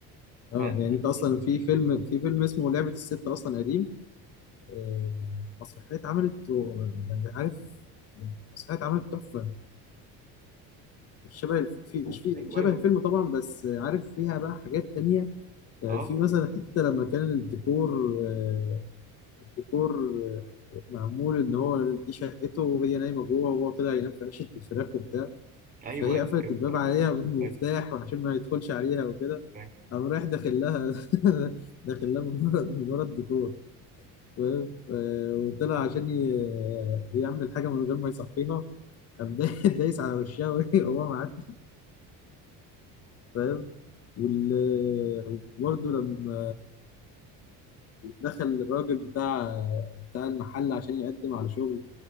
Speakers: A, on the left (about 40°); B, on the right (about 25°).
A: اه
B: فأنت
A: يعني
B: أنت-
A: انت اصلا في
B: أيوه
A: فيلم في فيلم اسمه لعبة الست اصلا قديم آه، مسرحية اتعملت و- يعني عارف مسرحية اتعملت تحفة مش شبه الف- في مش في
B: أيوه
A: شبه الفيلم طبعا بس عارف فيها بقى حاجات تانية آه،
B: أه
A: في مثلا حتة لما كان الديكور آه، الديكور معمول ان هو دي شقته وهي نايمه جوه وهو طلع ينام في عشه الفراخ وبتاع
B: أيوه
A: فهي
B: أيوه
A: قفلت الباب
B: فاكر
A: عليها بالمفتاح
B: فاكر
A: وعشان ما يدخلش عليها وكده
B: فاكر
A: قام رايح داخل لها <laughs> داخل لها من ورا من ورا الديكور و- وطلع عشان ي- يعمل حاجه من غير ما يصحيها قام دا- دايس على وشها <laughs> وهي- وهو معدي فاهم وال- وبرضه لما دخل الراجل بتاع بتاع المحل عشان يقدم على شغل